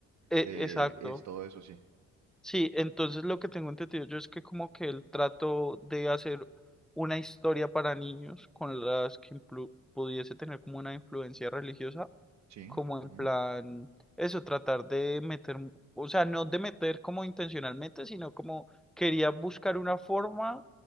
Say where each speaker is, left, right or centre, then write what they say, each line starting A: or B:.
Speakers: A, in the centre; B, on the right.
A: eh,
B: eh,
A: exacto.
B: es todo eso, sí,
A: Sí, entonces lo que tengo entendido yo es que como que él trató de hacer una historia para niños con las que influ- pudiese tener como una influencia religiosa,
B: sí,
A: como en
B: ujú,
A: plan, eso, tratar de meter, mu- o sea, no de meter como intencionalmente, sino como quería buscar una forma